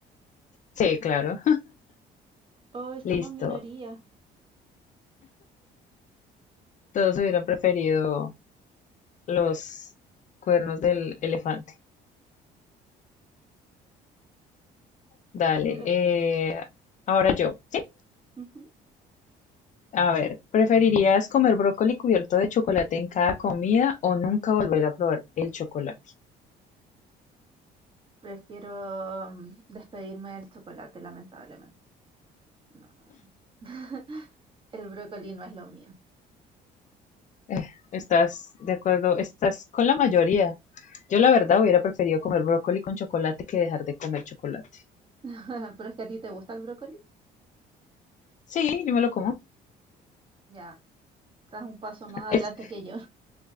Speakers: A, on the left; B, on the right.
A: Sí, claro.
B: Hoy
A: <laughs>
B: somos
A: Listo.
B: minoría.
A: Todos hubieran preferido los cuernos del elefante. Dale.
B: pero-
A: eh, ahora yo. Sí.
B: ujú.
A: A ver, ¿preferirías comer brócoli cubierto de chocolate en cada comida o nunca volver a probar el chocolate?
B: Prefiero mm, despedirme del chocolate, lamentablemente. No. <laughs> El brócoli no es lo mío.
A: Eh, estás de acuerdo, estás con la mayoría. Yo la verdad hubiera preferido comer brócoli con chocolate que dejar de comer chocolate.
B: <laughs> ¿Pero es que a ti te gusta el brócoli?
A: Sí, yo me lo como.
B: Ya, estás un paso más adelante
A: Es-
B: que yo.